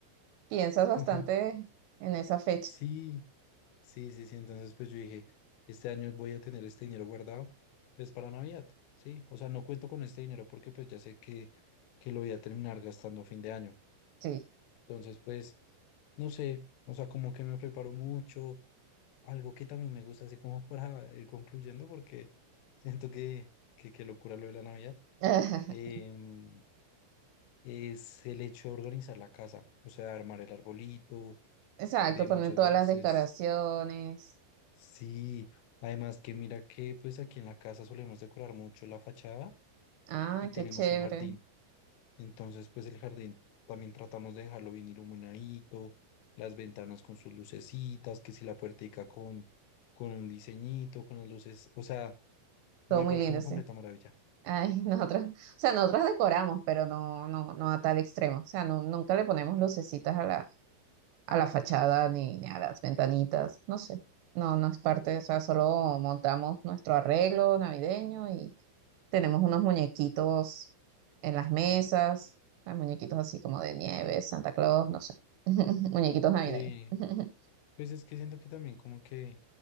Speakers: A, on the right; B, on the left.
A: piensas
B: <laughs>
A: bastante en esa fecha.
B: Sí, Sí, sí, sí. Entonces, pues yo dije, este año voy a tener este dinero guardado, pues para Navidad, ¿sí? O sea, no cuento con este dinero porque pues ya sé que, que lo voy a terminar gastando a fin de año.
A: Sí.
B: Entonces, pues, no sé, o sea, como que me preparo mucho, algo que también me gusta, así como <laughs> para ir concluyendo, porque siento que, que, que locura lo de la Navidad,
A: <laughs>
B: em, es el hecho de organizar la casa, o sea, armar el arbolito,
A: Exacto,
B: de
A: ponen
B: muchas
A: todas
B: veces
A: las decoraciones.
B: Sí, además que mira que pues aquí en la casa solemos decorar mucho la fachada
A: Ah,
B: y tenemos
A: qué chévere.
B: un jardín. Entonces pues el jardín también tratamos de dejarlo bien iluminadito, las ventanas con sus lucecitas, que si la puertica con, con un diseñito, con las luces, o sea,
A: Todo
B: me
A: muy
B: parece
A: lindo,
B: una
A: sí.
B: completa maravilla.
A: Ay, <laughs> nosotros, o sea, nosotros decoramos, pero no, no, no a tal extremo. O sea, no- nunca le ponemos lucecitas a la, a la fachada ni, ni a las ventanitas, no sé. No, no es parte, o sea, solo montamos nuestro arreglo navideño y tenemos unos muñequitos en las mesas, hay muñequitos así como de nieve, Santa Claus, no sé, <laughs> muñequitos navideños.
B: Sí,
A: <laughs>
B: pues es que siento que también como que